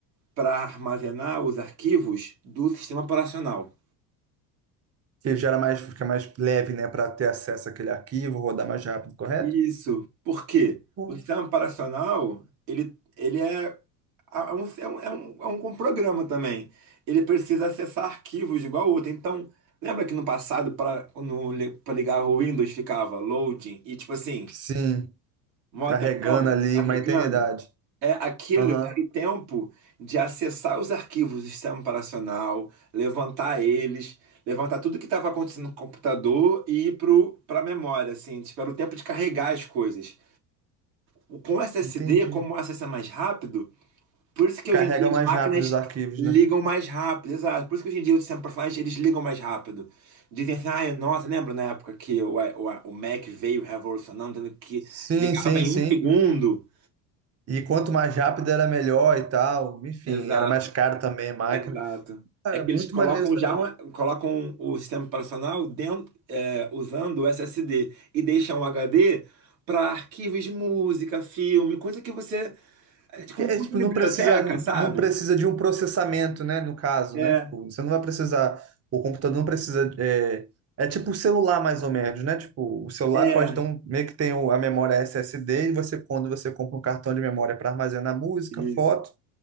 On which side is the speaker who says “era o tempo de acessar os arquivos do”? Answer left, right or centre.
Right